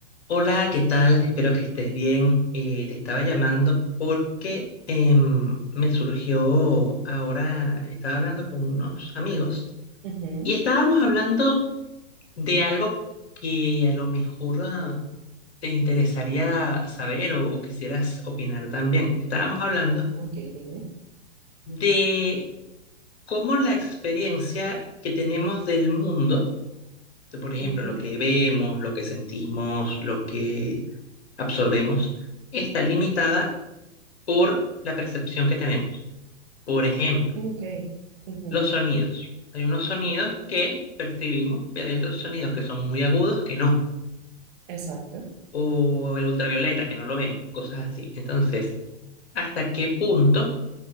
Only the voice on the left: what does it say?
Hola, ¿qué tal? Espero que estés bien. Eh, te estaba llamando porque em, me surgió ahora, estaba hablando con unos amigos
y estábamos hablando de algo que a lo mejor ah, te interesaría saber o, o quisieras opinar también. Estábamos hablando
de cómo la experiencia que tenemos del mundo, de, por ejemplo,
lo que vemos, lo que sentimos, lo que absorbemos, está limitada por la percepción que tenemos. Por ejemplo,
los sonidos. Hay unos sonidos que percibimos, pero hay otros sonidos que son muy agudos que no.
O el ultravioleta, que no lo vemos, cosas así. Entonces, ¿hasta qué punto,